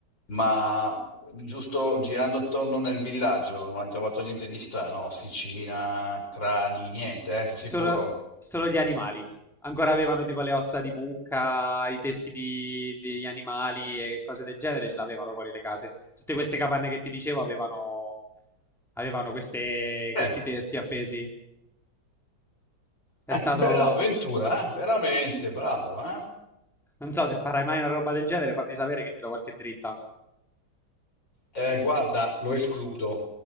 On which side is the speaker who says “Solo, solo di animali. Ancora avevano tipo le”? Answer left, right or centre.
Centre